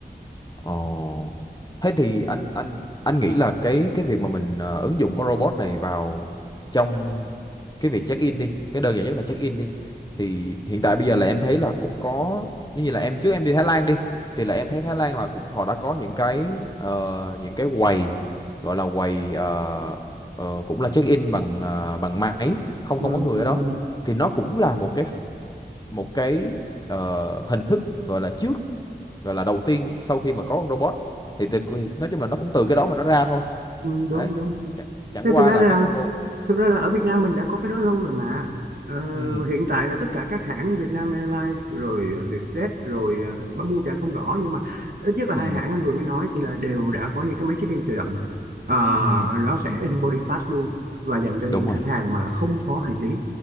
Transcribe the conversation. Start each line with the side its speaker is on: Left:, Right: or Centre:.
Left: Ồ. Thế thì anh anh anh nghĩ là cái cái việc mà mình ờ, ứng dụng con robot này vào trong cái việc check in đi, cái đơn giản nhất là check in đi. Thì hiện tại bây giờ là em thấy là cũng có như như là em trước em đi Thái Lan đi thì là em thấy Thái Lan là cũng họ đã có những cái ờ, những cái quầy gọi là quầy ờ, ờ, cũng là check in bằng ờ, bằng máy, không
Right: ừ,
Left: không có người
Right: ừ,
Left: ở đó.
Right: ừ,
Left: Thì nó cũng là một cái một cái ờ, hình thức gọi là trước gọi là đầu tiên sau khi mà có con robot thì từ, nói chung là nó cũng từ cái đó mà nó ra thôi
Right: ừ, đúng
Left: đấy
Right: đúng
Left: chẳng, chẳng
Right: thế
Left: qua
Right: thực ra
Left: là
Right: là
Left: cái con robot
Right: Thực ra là ở Việt Nam mình đã có cái đó lâu rồi mà. Ờ,
Left: ừ
Right: hiện tại là tất cả các hãng Vietnam Airlines rồi Vietjet rồi ờ, Bamboo thì anh không rõ nhưng mà ít nhất là
Left: ừ
Right: hai hãng anh vừa mới nói thì là đều đã có những cái máy check-in tự động. Ờ,
Left: ừ
Right: nó sẽ in boarding pass luôn và dành cho những
Left: đúng
Right: khách
Left: rồi
Right: hàng mà không có hành lý.